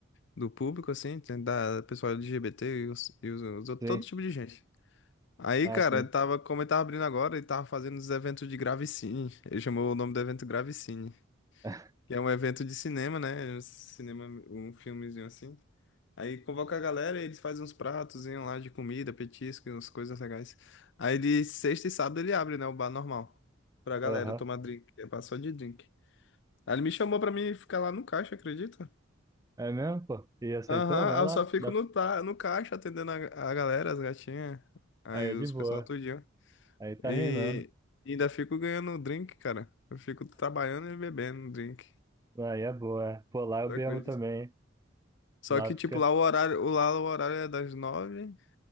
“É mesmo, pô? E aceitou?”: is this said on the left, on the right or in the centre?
Right